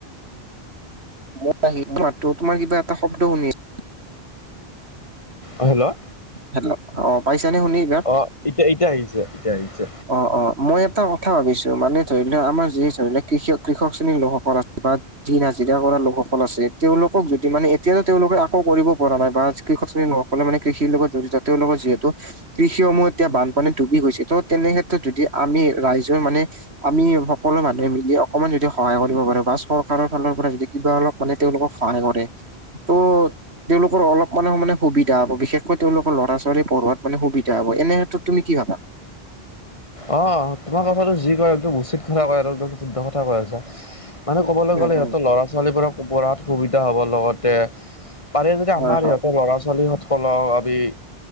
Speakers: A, on the right; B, on the left.
A: মই মাতো তোমাৰ কিবা এটা শব্দ শুনি আছো।
B: অঁ', হেল্ল'?
A: হেল্ল অ', পাইছা নে শুনি? এইবাৰ?
B: অ', এতিয়া এতিয়া আহিছে এতিয়া আহিছে।
A: অ', অ', মই এটা কথা ভাবিছো মানে ধৰি লওক আমাৰ যি ধৰি লক কৃষ কৃষক শ্ৰেণীৰ লোকসকল আছে বা দিন হাজিৰা কৰা লোকসকল আছে তেওঁলোকক যদি মানে এতিয়াতো তেওঁলোকে আকৌ কৰিব পৰা নাই বা কৃষক শ্ৰণী নকলে মানে কৃষিৰ লগত জড়িত তেওঁলোকৰ যিহেতু কৃষিসমূহ এতিয়া বানপানীত ডুবি গৈছে ত' তেনে ক্ষেত্ৰত যদি আমি ৰাইজৰ মানে আমি সকলো মানুহে মিলি অকমান যদি সহায় কৰিব পাৰো বা চৰকাৰৰ ফালৰ পৰা যদি কিবা অলপ মানে তেওঁলোকক সহায় কৰে ত' তেওঁলোকৰ অলপ মানে মানে সুবিধা হ' বিশেষকৈ তেওঁলোকৰ ল'ৰা ছোৱালী পঢ়োৱাত মানে সুবিধা হব এনে ক্ষেত্ৰত তুমি কি ভাবা?
B: অ', তোমাৰ কথাটো যি কয় একদম উচিত কথা কয় একদম শুদ্ধ কথা কৈ আছা। মানে ক'বলৈ
A: উম
B: গ'লে সিহঁতৰ
A: উম
B: ল'ৰা ছোৱালীবোৰক পঢ়াত সুবিধা হ'ব লগতে পাৰে যদি
A: হয়
B: আমাৰ
A: হয়।
B: সিহঁতৰ ল'ৰা ছোৱালী কও আমি